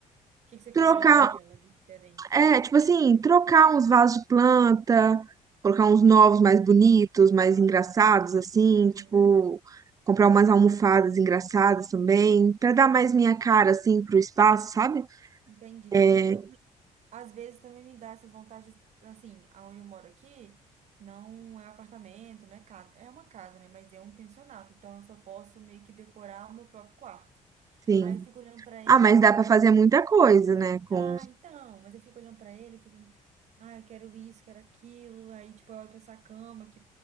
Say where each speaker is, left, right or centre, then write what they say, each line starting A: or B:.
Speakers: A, on the right; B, on the right.
A: que que você
B: Trocar
A: quer colocar nela de diferente?
B: É, tipo assim, trocar uns vasos de planta, colocar uns novos mais bonitos, mais engraçados, assim,
A: Uhum.
B: tipo, comprar umas almofadas engraçadas também, pra dar mais minha cara, assim, pro espaço, sabe?
A: Entendi.
B: É,
A: Eu, às vezes também me dá essas vontades, assim, aonde eu moro aqui, não é apartamento, não é casa. É uma casa, né? Mas é um pensionato, então eu só posso meio que decorar o meu próprio quarto.
B: Sim.
A: Aí eu fico olhando pra ele,
B: Ah, mas
A: eu olho,
B: dá pra fazer muita coisa, né? Com...
A: Ah, então, mas eu fico olhando pra ele, fico, ah, eu quero isso, quero aquilo. Aí, tipo, eu olho pra essa cama que,